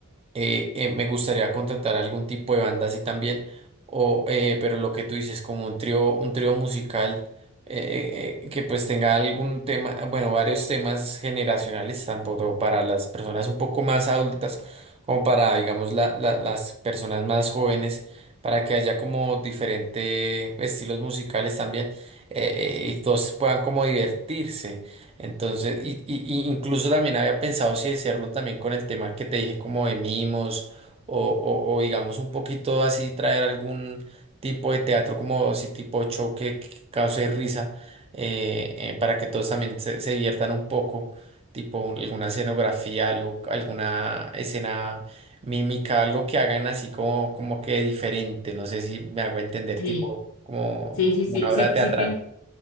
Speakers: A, on the right; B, on the left.
A: eh, eh, me gustaría contratar algún tipo de banda así también, o, eh, pero lo que tú dices, como un trío, un trío musical eh, eh, eh, que pues tenga algún tema, bueno, varios temas generacionales, tanto para las personas un poco más adultas, como para, digamos, la- la- las personas más jóvenes, para que haya como diferentes estilos musicales también eh, eh, y todos puedan como divertirse. Entonces, y, y- y incluso también había pensado si hacerlo también con el tema que te dije como de mimos o, o- o digamos un poquito así traer algún tipo de teatro como si tipo choque que cause risa eh, eh, para que todos también se, se diviertan un poco, tipo un- alguna escenografía, algo, alguna escena mímica, algo que hagan así como, como que diferente, no sé si me hago entender,
B: sí,
A: tipo como,
B: sí, sí, sí,
A: como una obra
B: sí,
A: teatral.
B: sí, te, en-